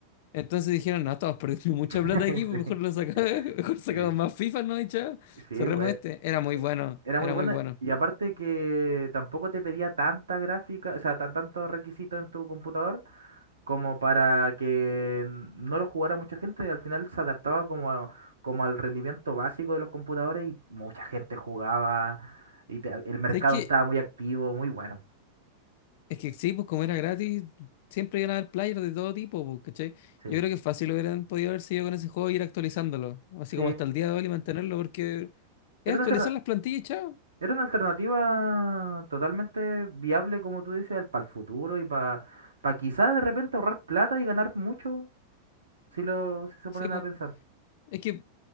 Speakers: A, on the left (about 50°); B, on the right (about 70°).
A: entonces dijeron, no, estamos perdiendo mucha
B: <laughs>
A: plata aquí, pues mejor lo sacamos, <laughs> mejor sacamos
B: Sí, sí,
A: más FIFA, ¿no? Y chao,
B: sí,
A: cerremos
B: güey.
A: este. Era muy
B: e,
A: bueno,
B: Era
A: era
B: muy bueno.
A: muy bueno.
B: Y aparte que tampoco te pedía tanta gráfica, o sea, tan tantos requisitos en tu computador como para que no lo jugara mucha gente. Y al final se adaptaba como, a- como al rendimiento básico de los computadores y mucha gente jugaba. Y te- el mercado
A: ¿Sabéis qué?
B: estaba muy activo, muy bueno.
A: Es que sí, pues como era gratis, siempre iban a haber players de todo tipo, pues, ¿cachai?
B: Sí.
A: Yo creo que fácil hubieran podido haber seguido con ese juego e ir actualizándolo, así
B: Sí.
A: como
B: Era
A: hasta el día de hoy y mantenerlo, porque es
B: una
A: actualizar
B: alterna-
A: las plantillas, y chao.
B: Era una alternativa totalmente viable, como tú dices, para el futuro y para quizás de repente ahorrar plata y ganar mucho, si lo, si se
A: Sí,
B: ponen
A: pues.
B: a pensar.
A: Es que,